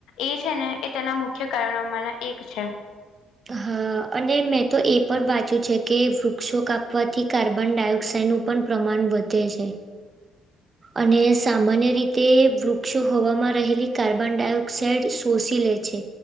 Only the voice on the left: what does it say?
એ છે ને એ તેના મુખ્ય કારણોમાંના એક છે.